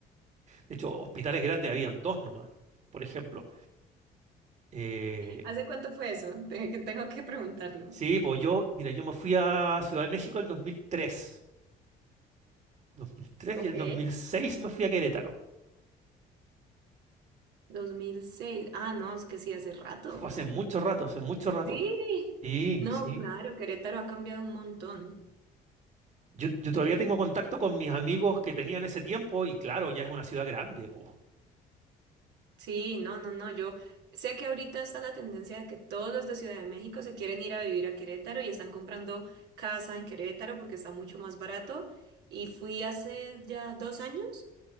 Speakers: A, on the right; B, on the right.
A: de hecho, hospitales grandes habían dos nomás, por ejemplo. Eh,
B: ¿Hace cuánto fue eso? Te- que tengo que preguntarlo.
A: sí, pues yo, mira, yo me fui a Ciudad de México el 2003, 2003
B: Ok.
A: y el 2006 me fui a Querétaro.
B: 2006. Ah, no, es que sí, hace rato.
A: Fue hace mucho rato, hace mucho rato.
B: Sí.
A: Sí,
B: No,
A: sí.
B: claro, Querétaro ha cambiado un montón.
A: Yo, yo todavía tengo contacto con mis amigos que tenía en ese tiempo y claro, ya es una ciudad grande, po.
B: Sí, no, no, no. Yo sé que ahorita está la tendencia de que todos los de Ciudad de México se quieren ir a vivir a Querétaro y están comprando casa en Querétaro porque está mucho más barato. Y fui hace ya dos años